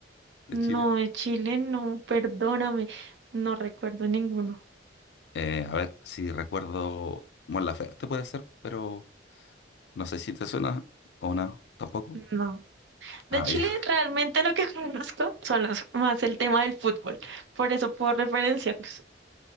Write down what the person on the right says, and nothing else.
No,
de Chile no, perdóname, no recuerdo ninguno.
No. De
Chile
realmente lo que <laughs> conozco son los- más el tema del fútbol, por eso puedo referenciarlos.